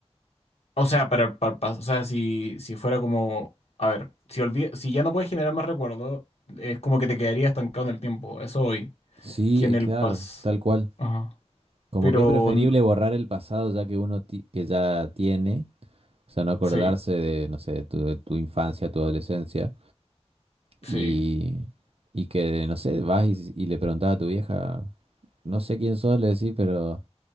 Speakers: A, on the left; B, on the right.
A: O sea, para el para o sea, si, si fuera como, a ver, si olvi- si ya no puedes generar más recuerdos, es como que te quedaría estancado en el tiempo, eso hoy,
B: Sí,
A: que en
B: eh,
A: el
B: claro,
A: pas,
B: tal cual.
A: ajá,
B: Como
A: pero
B: que es preferible
A: n-
B: borrar el pasado ya que uno ti- que ya tiene, o sea, no acordarse
A: sí,
B: de, no sé, de tu, de tu infancia, tu adolescencia
A: sí.
B: Y, y que, no sé, vas y, y le preguntás a tu vieja, no sé quién sos, le decís, pero,